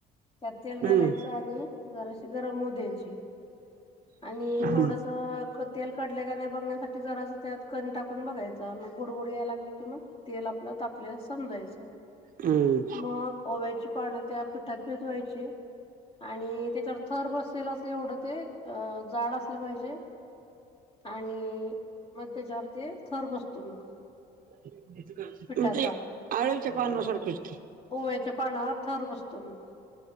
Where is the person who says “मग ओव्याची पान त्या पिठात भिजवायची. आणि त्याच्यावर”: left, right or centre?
Left